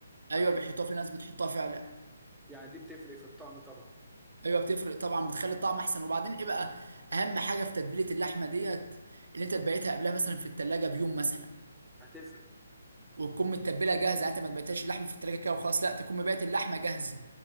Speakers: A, on the right (about 80°); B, in the centre.
A: ايوه
B: ولا
A: بيحطوها
B: لا
A: في ناس بتحطها فعلا
B: يعني دي بتفرق في الطعم طبعا
A: ايوه بتفرق طبعا بتخلي الطعم احسن وبعدين ايه بقى اهم حاجه في تتبيله اللحمه ديت اللي انت تبيتها قبلها مثلا في التلاجة بيوم مثلا
B: هتفرق
A: وتكون متبله جاهزه يعني انت ما تبيتهاش اللحمه في التلاجة كده وخلاص لا تكون مبيت اللحمه جاهزه